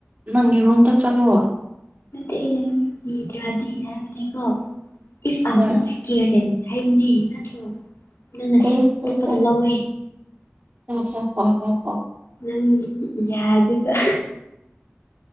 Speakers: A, on the right; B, on the left.
A: ꯅꯪꯒꯤꯔꯣꯝꯗ ꯆꯠꯂꯣ꯫
B: ꯅꯠꯇꯦ ꯑꯩꯅ ꯀꯤꯗ꯭ꯔꯥꯗꯤ ꯍꯥꯏꯕꯗꯤꯀꯣ ꯏꯐ ꯑ
A: ꯍꯣꯏ
B: ꯅ___ ꯀꯤꯔꯗꯦꯟ ꯍꯥꯏꯕꯅꯦ ꯅꯠꯇ꯭ꯔꯣ꯫ ꯅꯪꯅ
A: <inaudible>
B: ꯁꯦꯟꯁ ꯑꯇꯣꯞꯄꯗ ꯂꯧꯋꯦ ꯅꯪꯒꯤ ꯌꯥꯗꯨꯗ꯫